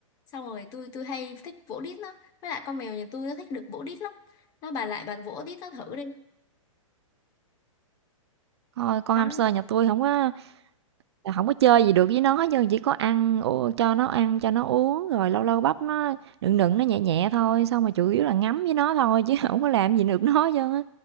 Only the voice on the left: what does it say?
xong rồi tôi tôi hay thích vỗ đít nó với lại con mèo nhà tôi nó thích được vỗ đít lắm nó bà lại bà vỗ đít nó thử đi
đó